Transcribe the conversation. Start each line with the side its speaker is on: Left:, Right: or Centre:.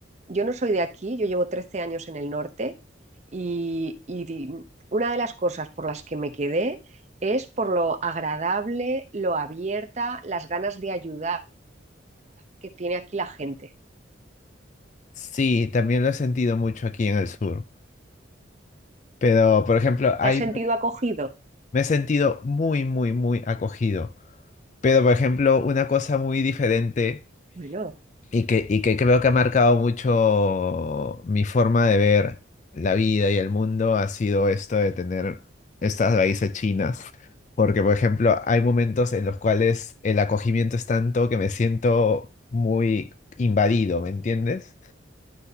Right: yo no soy de aquí, yo llevo 13 años en el norte y, y di- una de las cosas por las que me quedé es por lo agradable, lo abierta, las ganas de ayudar que tiene aquí la gente.
Left: Sí, también lo he sentido mucho aquí en el sur. Pero, por ejemplo, hay,
Right: ¿Te has sentido acogido?
Left: me he sentido muy, muy, muy acogido. Pero, por ejemplo, una cosa muy diferente.
Right: Bueno,
Left: Y que, y que creo que ha marcado mucho mi forma de ver la vida y el mundo ha sido esto de tener estas raíces chinas. Porque, por ejemplo, hay momentos en los cuales el acogimiento es tanto que me siento muy invadido, ¿me entiendes?